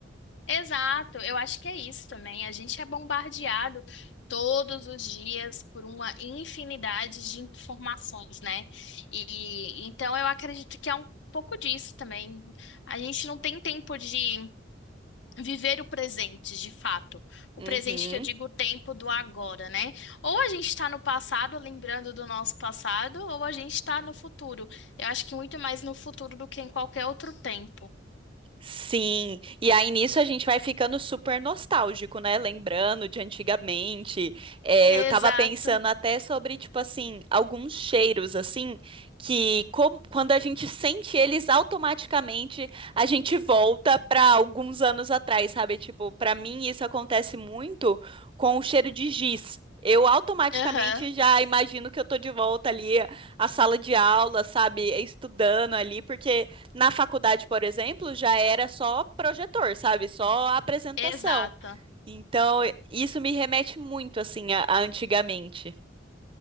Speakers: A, on the left (about 70°); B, on the right (about 30°).
A: Exato, eu acho que é isso também. A gente é bombardeado todos os dias por uma infinidade de informações, né? E então eu acredito que é um pouco disso também. A gente não tem tempo de viver o presente, de fato. O
B: Uhum,
A: presente que eu digo, o tempo do agora, né? Ou a gente está no passado, lembrando do nosso passado, ou a gente está no futuro. Eu acho que muito mais no futuro do que em qualquer outro tempo.
B: Sim, e aí nisso a gente vai ficando super nostálgico, né? Lembrando de antigamente. É, eu tava
A: Exato.
B: pensando até sobre, tipo assim, alguns cheiros, assim, que co- quando a gente sente eles automaticamente, a gente volta pra alguns anos atrás, sabe? Tipo, pra mim isso acontece muito com o cheiro de giz. Eu automaticamente
A: Aham.
B: já imagino que eu tô de volta ali à sala de aula, sabe? Estudando ali, porque. Na faculdade, por exemplo, já era só projetor, sabe? Só apresentação.
A: Exato.
B: Então, isso me remete muito, assim, a, a antigamente.